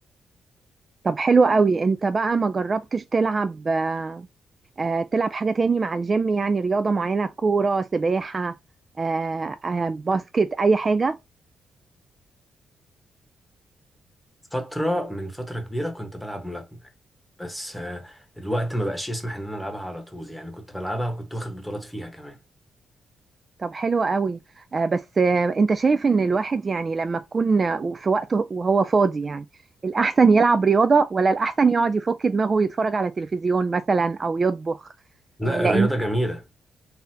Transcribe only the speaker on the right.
طب حلو قوي انت بقى ما جربتش تلعب آه، آه، تلعب حاجة تاني مع الجيم يعني رياضة معينة كورة سباحة آه، آه، باسكت أي حاجة
طب حلو قوي آه، بس آه، أنت شايف إن الواحد يعني لما تكون آه، في وقته وهو فاضي يعني الأحسن يلعب رياضة ولا الأحسن يقعد يفك دماغه ويتفرج على تلفزيون مثلا أو يطبخ
آه، لأن